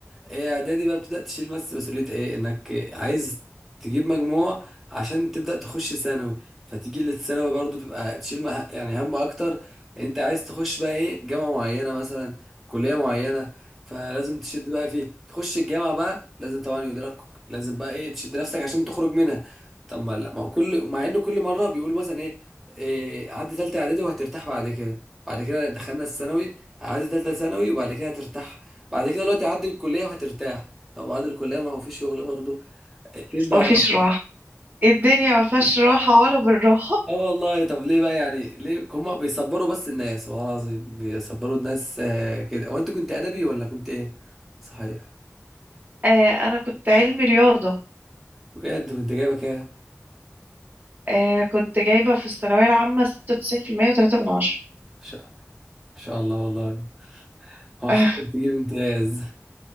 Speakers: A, in the centre; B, on the right.
A: ايه اعدادي بقى بتبدا تشيل بس مسؤوليه ايه انك عايز تجيب مجموع عشان تبدا تخش ثانوي فتيجي للثانوي برضو تبقى تشيل مه- يعني هم اكتر انت عايز تخش بقى ايه جامعه معينه مثلا كليه معينه فلازم تشد بقى فيه تخش الجامعه بقى لازم طبعا يدرك لازم بقى ايه تشد نفسك عشان تخرج منها طب ما لا ما هو كل مع ان كل مره بيقول مثلا ايه, إيه عدي ثالثه اعدادي وهترتاح بعد كده بعد كده دخلنا الثانوي عادي تالتة ثانوي وبعد كده هترتاح بعد كده دلوقتي عدي الكلية وهترتاح طب بعد الكلية ما هو في شغل برضه فين بقى
B: مفيش
A: الراحة
B: راحة الدنيا مفيهاش راحة ولا بالراحة
A: اه والله طب ليه بقى يعني ليه هما بيصبروا بس الناس والله العظيم بيصبروا الناس آه، كده هو انت كنت ادبي ولا كنت ايه صحيح
B: آه أنا كنت علمي رياضة
A: بجد كنت جايبه كام ان
B: آه كنت جايبة في الثانوية العامة ستة وتسعين في المية وتلاتة من عشرة
A: شاء إن شاء الله والله
B: <laughs>
A: اه
B: آه
A: حقك تجيب امتياز